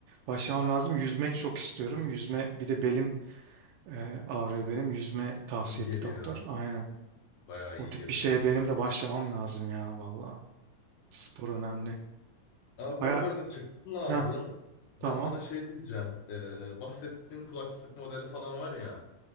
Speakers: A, on the right; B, on the left.
A: başlamam lazım. Yüzmek çok istiyorum. Yüzme bir de belim e, ağrıyor benim. Yüzme tavsiye
B: İyi geliyor
A: etti doktor.
B: ha.
A: Aynen.
B: Bayağı
A: O
B: iyi
A: tip
B: gelir
A: bir şeye
B: bu arada.
A: benim de başlamam lazım ya valla. Spor önemli.
B: Abi
A: Baya
B: ben bu arada çıktım lazım.
A: ha
B: Ben
A: tamam.
B: sana şey diyeceğim. Ee, bahsettiğin kulaklık modeli falan var ya.